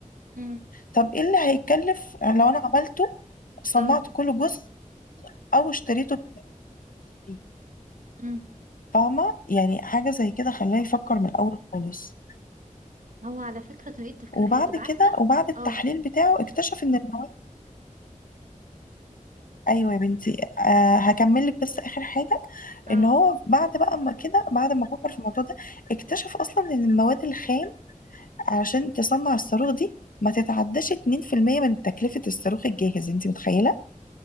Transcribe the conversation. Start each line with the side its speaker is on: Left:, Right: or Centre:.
Right: امم
Left: طب ايه اللي هيتكلف يعني لو انا عملته صنعت
Right: اه
Left: كل جزء او اشتريته بنفسي
Right: امم
Left: فاهمة يعني حاجة زي كده خلاه يفكر من الاول خالص
Right: هو على فكرة طريقة تفكيره
Left: وبعد
Right: حلوة طب عارفة
Left: كده وبعد التحليل
Right: اه
Left: بتاعه اكتشف ان المواد ايوه يا بنتي آه هكمل لك بس اخر حاجه
Right: اه
Left: ان هو بعد بقى اما كده بعد ما فكر في الموضوع ده اكتشف اصلا ان المواد الخام علشان تصنع الصاروخ دي ما تتعداش 2% من تكلفه الصاروخ الجاهز انت متخيله